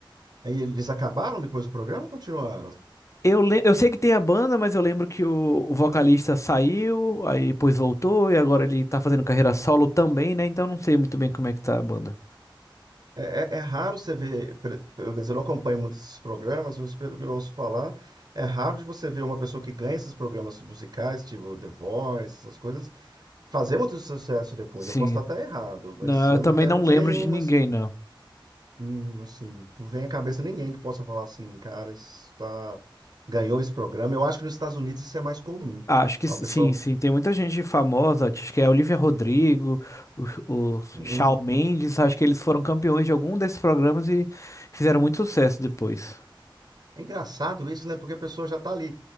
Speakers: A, on the right; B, on the left.
A: Aí eles acabaram depois do programa ou continuaram?
B: Eu, le- eu sei que tem a banda, mas eu lembro que o, o vocalista saiu, aí depois voltou, e agora ele tá fazendo carreira solo também, né? Então não sei muito bem como é que tá a banda.
A: É, é- é raro você ver, pe- pelo menos eu não acompanho muito esses programas, mas pelo que eu ouço falar, é raro de você ver uma pessoa que ganha esses programas musicais, tipo The Voice, essas coisas, fazer muito sucesso depois.
B: Sim,
A: Eu posso estar até errado, mas
B: não,
A: eu
B: eu também
A: não lembro
B: não
A: de
B: lembro
A: nenhuma.
B: de ninguém, não.
A: Hum, assim, não vem à cabeça ninguém que possa falar assim, cara, está... ganhou esse programa. Eu acho que nos Estados Unidos isso é mais comum.
B: Acho que
A: Lá
B: sim,
A: o pessoal.
B: sim. Tem muita gente famosa, acho que é Olivia Rodrigo, o, o
A: hum,
B: Shawn Mendes, acho que eles foram campeões de algum desses programas e fizeram muito sucesso depois.
A: É engraçado isso, né? Porque a pessoa já tá ali.